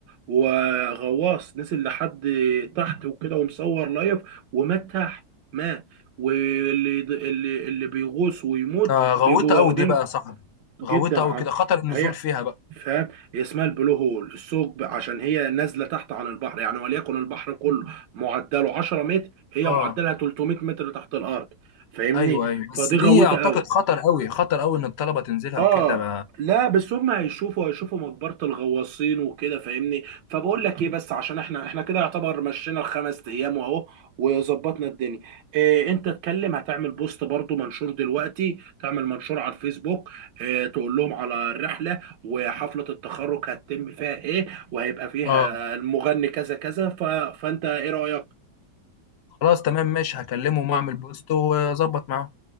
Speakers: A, on the right; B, on the left.
A: وغواص نزل لحد تحت وكده ومصور لايف ومات تحت مات واللي اللي اللي بيغوص ويموت
B: ده غويطه
A: بيجوا
B: قوي
A: واخدين
B: دي بقى يا صاحبي
A: جدا
B: غويطه قوي
A: عن
B: كده خطر النزول
A: هي
B: فيها بقى
A: فاهم هي اسمها البلو هول الثقب عشان هي نازله تحت عن البحر يعني وليكن البحر كله معدله 10 متر هي
B: اه
A: معدلها 300 متر تحت الارض فاهمني
B: ايوه ايوه
A: فدي
B: بس دي
A: غويطه
B: اعتقد
A: قوي
B: خطر قوي خطر قوي ان الطلبه تنزلها
A: اه
B: وكده ما-
A: لا بس هم هيشوفوا هيشوفوا مقبرة الغواصين وكده فاهمني فبقول لك ايه بس عشان احنا احنا كده يعتبر مشينا الخمس ايام واهو وظبطنا الدنيا إيه انت اتكلم هتعمل بوست برضو منشور دلوقتي تعمل منشور على الفيسبوك إيه تقول لهم على الرحلة وحفلة التخرج هتتم فيها ايه وهيبقى فيها
B: اه
A: المغني كذا كذا ف... فانت ايه رأيك
B: خلاص تمام ماشي هكلمهم واعمل بوست واظبط معاهم